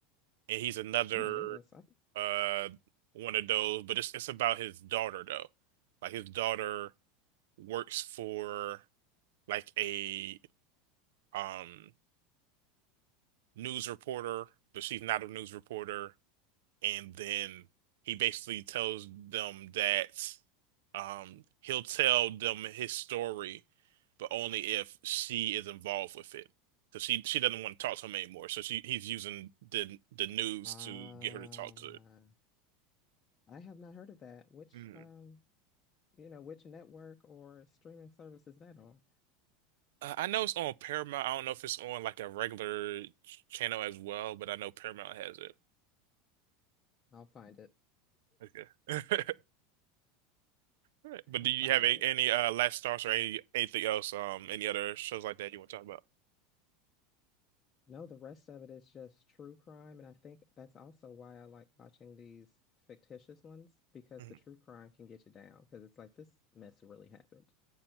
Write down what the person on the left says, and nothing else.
Oh my goodness. I've,
uh,
I have not heard of that. Which
um, you know, which network or streaming service is that on?
I'll find it.
<laughs>
I'll
find
it.
No, the rest of it is just true crime, and I think that's also why I like watching these fictitious ones because
the true crime can get you down because it's like this mess really happened.